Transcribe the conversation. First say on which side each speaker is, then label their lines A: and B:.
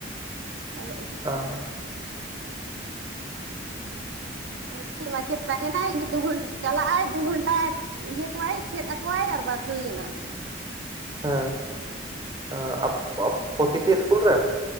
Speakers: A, on the right (about 80°); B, on the right (about 20°).
A: ᱟᱫᱚ ᱤᱧ
B: ᱚᱸ
A: ᱢᱟᱱᱮ ᱢᱤᱫᱴᱮᱡ ᱢᱟᱪᱮᱫ ᱛᱟᱭ᱾ ᱢᱮᱱᱟᱭ ᱫᱩ ᱜᱷᱚᱱ ᱪᱟᱞᱟᱜᱼᱟᱭ ᱫᱩ ᱜᱷᱚᱱᱴᱟ ᱤᱭᱟᱹ ᱠᱚᱣᱟᱭ, ᱪᱮᱫ ᱟᱠᱚᱣᱟᱭ ᱟᱨ ᱵᱟᱥ ᱦᱩᱭᱱᱟ᱾
B: ᱦᱮᱸ, ᱟ ᱟᱯ ᱟᱯ ᱯᱚᱛᱤᱴᱤ ᱤᱥᱠᱩᱞ ᱨᱮ?